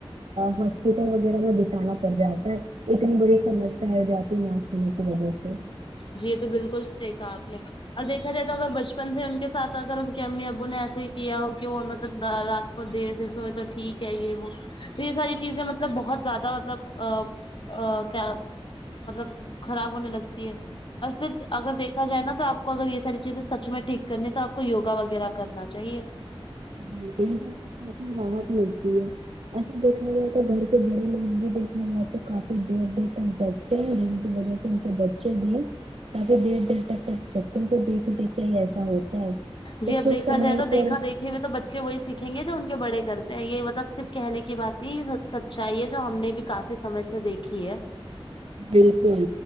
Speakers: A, on the right; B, on the left.
A: ہاسپٹل وغیرہ میں بتانا پڑ جاتا ہے اتنی بڑی سمسیا ہے جاتی ن ہونے کی وجہ سے
B: جی یہ تو بالکل صحیح کہا آپ نے اور دیکھا جائے تو اگر بچپن سے ان کے ساتھ اگر ان کے امی ابو نے ایسے ہی کیا ہو کہ وہ مطلب رات کو دیر سے سوئے تو ٹھیک ہے یہ وہ تو یہ ساری چیزیں مطلب بہت زیادہ مطلب ا ا کیا مطلب خراب ہونے لگتی ہے اور پھر اگر دیکھا جائے نا تو آپ کو اگر یہ ساری چیزیں سچ میں ٹھیک کرنی تو آپ کو یوگا وغیرہ کرنا چاہیے
A: ملتی یہ سب کافی راحت ملتی ہے ایسا دیکھ د تو گھر کے بڑے لوگ بھی دیکھا ہے یہاں پر کافی دیر دیر تک جگتے ہیں جن کی وجہ سے ان کے بچے بھی کافی دیر دیر تک چن کو دیکھ دیکھ کے ہی ایسا ہوتا ہے تو
B: جی اب
A: کچھ
B: دیکھا
A: سمے
B: جائے تو
A: پر
B: دیکھا دیکھا ہو تو بچے وہی سیکھیں گے جو ان کے بڑے کرتے ہیں یہ مطلب صرف کہنے کی بات نہیں س چاہیے جو ہم نے بھی کافی سمے سے دیکھی ہے
A: بالکل